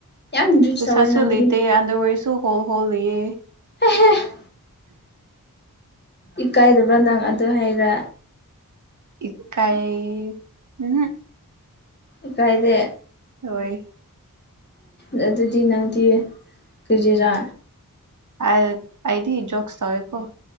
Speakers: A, on the left (about 30°); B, on the right (about 55°).
A: ꯌꯥꯝ ꯔꯤꯆ
B: ꯄꯩꯁꯥꯁꯨ
A: ꯇꯧꯋꯦ ꯅꯪꯗꯤ
B: ꯂꯩꯇꯦ ꯑꯟꯗꯔ‌ꯑꯣꯏꯔꯁꯨ ꯍꯣꯜ ꯍꯣꯜ ꯂꯩꯌꯦ
A: <unintelligible> ꯏꯀꯥꯏꯗꯕ꯭ꯔꯥ ꯅꯪ ꯑꯗꯨ ꯍꯩꯔ
B: ꯏ ꯀꯥꯏ ꯎꯝꯍꯨꯝ
A: ꯏꯀꯥꯏꯗꯦ
B: ꯍꯣꯏ
A: ꯑꯦ ꯑꯗꯨꯗꯤ ꯅꯪꯗꯤ ꯀꯔꯤꯔꯥ
B: ꯑ ꯑꯩꯗꯤ ꯖ‌ꯣꯛꯁ ꯇꯧꯋ‌ꯦꯀꯣ